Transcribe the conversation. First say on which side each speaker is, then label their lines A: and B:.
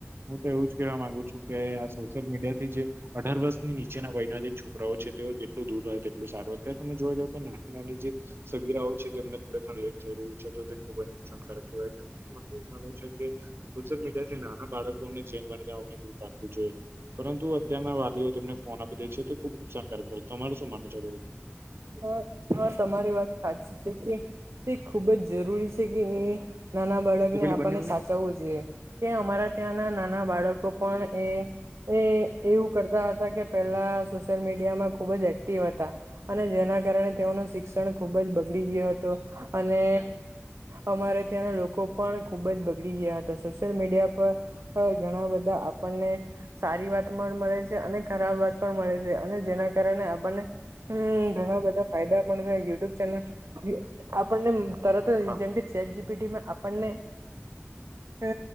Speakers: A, on the right (about 60°); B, on the right (about 80°).
A: હું તો એવું જ કેહેવા માંગુ છું કે આ સોશિયલ મીડિયા થી જે અઢાર વર્ષની નીચેના વયના જે છોકરાઓ છે તેઓ જેટલું દૂર રહે તેટલું સારું અત્યારે તમે જોવા જાવ તો ના ની જે સગીરાઓ છે તેમને થોડેણ લેટ થઈ રહ્યું છે તો તે ખુબ જ નુકસાનકારક કહેવાય છે. <unintelligible> માનવું છે કે સોશિયલ મીડિયા થી નાના બાળકોને <unintelligible> પરંતુ અત્યારના વાલીઓ તેમને ફોન આપી દે છે તે ખુબ નુકસાનકારક હોય તમાર શું માનું છે
B: હા હા તમારી વાત સાચી છે કે તે ખુબ જ જરૂરી છે કે
A: બાબતે?
B: નાના બાળકને
A: તે પેલી
B: આપણને
A: બંને
B: સાચવવું જોઈએ. કે અમારા ત્યાંના નાના બાળકો પણ એ એ એવું કરતા હતા કે પેલા સોશિયલ મીડિયા માં ખુબ જ એક્ટિવ હતા. અને જેના કારણે તેઓનું શિક્ષણ ખુબ જ બગડી ગીયો હતો
A: વચ્ચે
B: અને અમારે ત્યાંના લોકો પણ ખુબ જ બગડી ગયા હતા સોશિયલ મીડિયા પર પર ઘણા બધા આપણને સારી વાત પણ મળે છે અને ખરાબ વાત પણ મળે છે અને જેના કારણે આપણને હમમ ઘણા બધા ફાયદા પણ થાય યુટ્યુબ ચેનલ આપણને તરત
A: ચોખા
B: જ જેમ કે ચેટ જીપીટીમાં આપણને અ